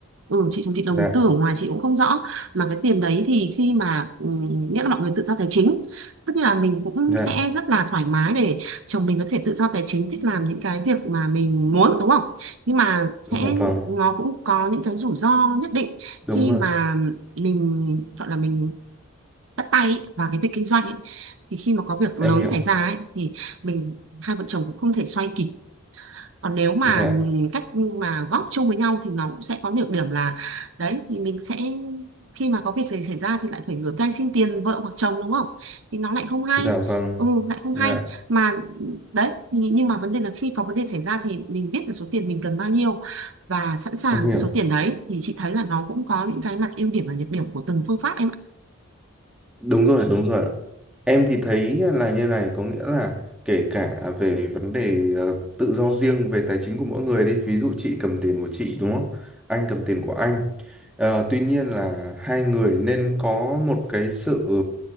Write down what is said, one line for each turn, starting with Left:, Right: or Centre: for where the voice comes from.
Right: ừ chị chồng chị đầu
Centre: dạ
Right: tư ở ngoài chị cũng không rõ mà cái tiền đấy thì khi mà ừm, nghĩa là mọi người tự do tài chính tức là mình cũng
Centre: dạ
Right: sẽ rất là thoải mái để chồng mình có thể tự do tài chính thích làm những cái việc mà mình muốn đúng không nhưng mà sẽ
Centre: dạ vâng
Right: nó cũng có những cái rủi ro nhất định
Centre: đúng
Right: khi
Centre: rồi
Right: mà mình gọi là mình bắt tay ý, vào cái việc kinh doanh ấy. thì khi mà có việc
Centre: em
Right: lớn
Centre: hiểu
Right: xảy ra ấy, thì mình hai vợ chồng cũng không thể xoay kịp còn nếu mà
Centre: dạ
Right: cách mà góp chung với nhau thì nó cũng sẽ có nhược điểm là đấy thì mình sẽ khi mà có việc gì xảy ra thì lại phải ngửa tay xin tiền vợ hoặc chồng đúng không thì nó lại không hay
Centre: dạ vâng
Right: ừ lại không
Centre: dạ
Right: hay mà đấy thì nhưng mà vấn đề là khi có vấn đề xảy ra thì mình biết là số tiền mình cần bao nhiêu và sẵn sàng
Centre: em hiểu
Right: cái số tiền đấy thì chị thấy là nó cũng có những cái mặt ưu điểm và nhược điểm của từng phương pháp em ạ
Centre: đúng rồi đúng rồi em thì thấy là như này có nghĩa là kể cả về vấn đề ờ, tự do riêng về tài chính của mỗi người đi ví dụ chị cầm tiền của chị đúng không anh cầm tiền của anh Ờ, tuy nhiên là hai người nên có một cái sự ờ,